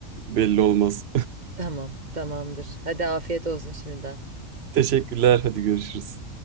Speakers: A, on the right; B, on the right.
A: belli olmaz.
B: Tamam, tamamdır. Hadi afiyet olsun şimdiden.
A: Teşekkürler. Hadi görüşürüz.